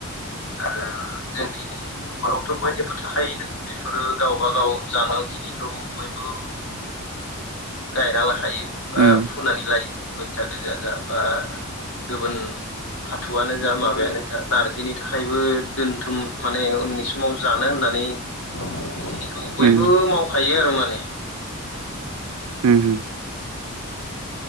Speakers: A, on the left; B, on the right.
A: आरो जोंनि न'खरावथ' बयनिबो थाखायो नो। बेफोरो गावबा गाव जानो थि निखौ बयबो <inaudible> गायना लाखायो बा
B: उम
A: नानै लायो मैथा गोजा जा बा गुबुन फाथ'आनो जा माबायानो जा नार्जिनि थाखायबो दोनथुम माने उननि सम माव जानो होननानै बेखिनिखौ बयबो
B: उम
A: मावखायो आरो माने।
B: उम।